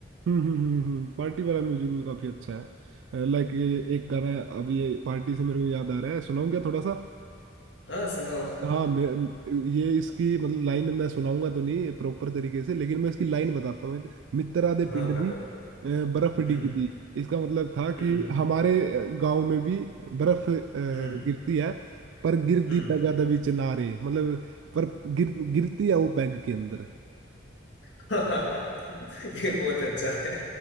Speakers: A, on the right; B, on the left.
A: हम्म हम्म हम्म हम्म पार्टी वाला म्यूजिक भी काफी अच्छा है लाइक ये एक गाना है अभी ये पार्टी से मेरे को याद आ रहा है सुनाऊं क्या थोड़ा सा
B: हाँ सुनो
A: हाँ मैं ये इसकी मतलब लाइन मैं सुनाऊंगा तो नहीं प्रॉपर तरीके से लेकिन मैं इसकी लाइन बताता हूँ मित्रा दे
B: हाँ
A: पिंड
B: बताओ
A: भी अ,
B: बताओ।
A: बर्फ डिगदी
B: हम्म
A: इसका मतलब था
B: हम्म
A: कि
B: हम्म
A: हमारे गांव में भी बर्फ अ,
B: हम्म
A: गिरती है पर गिरदी
B: हम्म
A: पैगा दे विच नारे मतलब पर गिर गिरती है वो पैग के अंदर
B: <laughs> ये बहुत अच्छा है